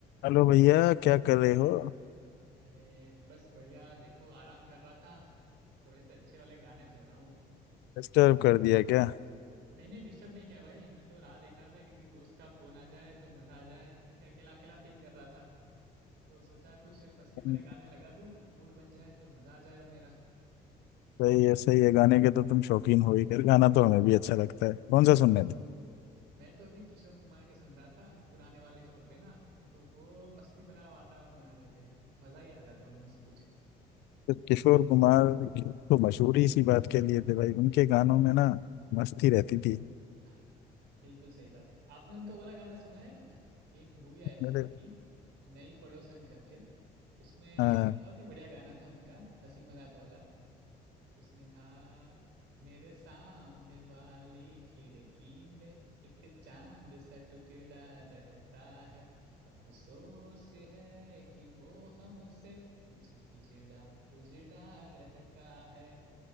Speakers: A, on the left; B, on the right.
A: Hello भैया क्या कर रहे हो
B: अरे बस बढ़िया देखो आराम कर रहा था थोड़े से अच्छे वाले गाने चल रहा हूँ
A: डिस्टर्ब कर दिया क्या
B: नहीं नहीं डिस्टर्ब नहीं किया भाई मैं तो राह देख रहा था किसी दोस्त का फोन आ जाए तो मजा आ जाए ऐसे अकेला अकेला फील कर रहा था तो सोचा कुछ मस्ती
A: हम्म,
B: भरे गाने लगा दूँ मूड बन जाए तो मजा आ जाए अब मेरा
A: सही है सही है गाने के तो तुम शौकीन हो ही खैर गाना तो हमें भी अच्छा लगता है कौन सा सुनने थे
B: मैं तो अभी किशोर कुमार के सुन रहा था पुराने वाले जो होते ना तो वो मस्ती भरा वातावरण बना देते हैं मजा ही आ जाता है उनमें से कुछ
A: तो किशोर कुमार तो मशहूर ही इसी बात के लिए थे भाई उनके गानों में ना मस्ती रहती थी
B: हाँ बिल्कुल सही बात है आपने उनका वाला गाना सुना है क्या एक मूवी आई
A: मेरे
B: थी उनकी नई पड़ोसन करके उसमें
A: हाँ
B: बहुत ही बढ़िया गाना था उनका हंसी मजाक वाला उसमें था मेरे सामने वाली खिड़की में एक चांद सा टुकड़ा रहता है अफसोस है कि वो हमसे कुछ उजड़ा उजड़ा रहता है